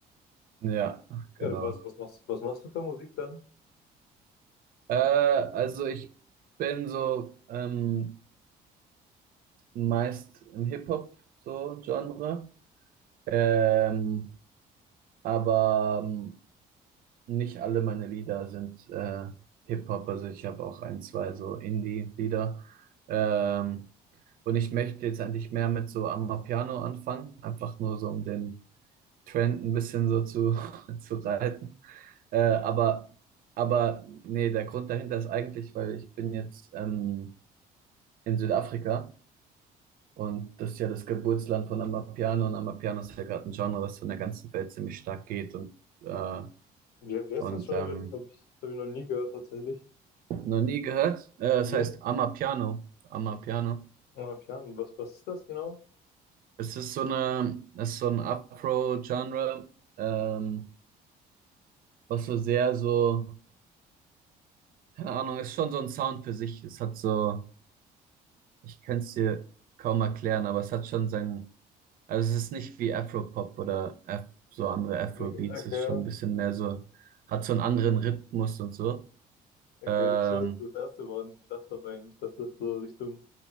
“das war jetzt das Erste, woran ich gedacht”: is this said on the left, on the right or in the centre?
Left